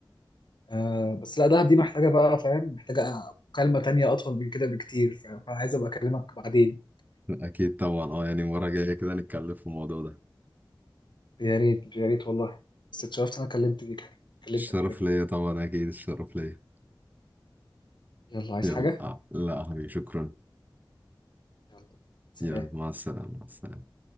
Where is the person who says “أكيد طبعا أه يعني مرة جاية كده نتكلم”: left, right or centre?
Right